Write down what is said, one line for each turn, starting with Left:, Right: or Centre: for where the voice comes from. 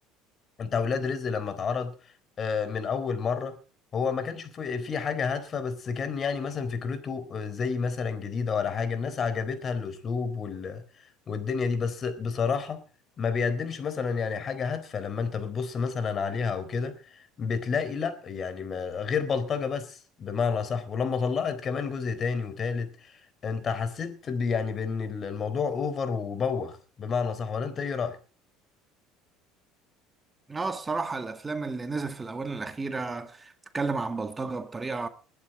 Left: انت اولاد رزق لما اتعرض آه، من اول مره هو ما كانش في في حاجه هادفه بس كان يعني مثلا فكرته آه، زي مثلا جديده ولا حاجه الناس عجبتها الاسلوب وال والدنيا دي بس بصراحه ما بيقدمش مثلا يعني حاجه هادفه لما انت بتبص مثلا عليها او كده بتلاقي لا يعني ما غير بلطجه بس بمعنى صح ولما طلعت كمان جزء تاني وتالت انت حسيت ب- يعني بان الموضوع اوفر وبوخ بمعنى صح ولا انت ايه رايك
Right: اه الصراحة الأفلام اللي نزلت في الآونة الأخيرة بتتكلم عن بلطجة بطريقة